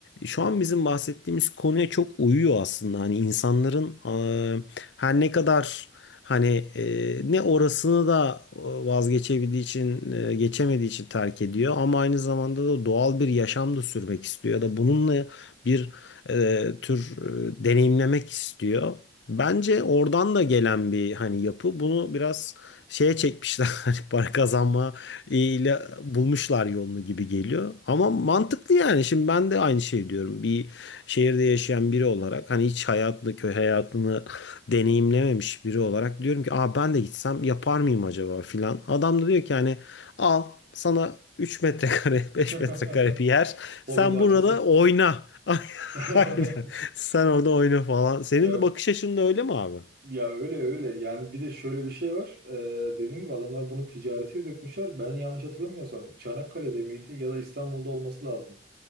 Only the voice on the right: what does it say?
<laughs>
Hobi
bahçesi.
<laughs>
Ya
ya öyle öyle. Yani bir de şöyle bir şey var. Ee, dediğim gibi adamlar bunu ticarete dökmüşler. Ben yanlış hatırlamıyorsam Çanakkale'de miydi ya da İstanbul'da olması lazım.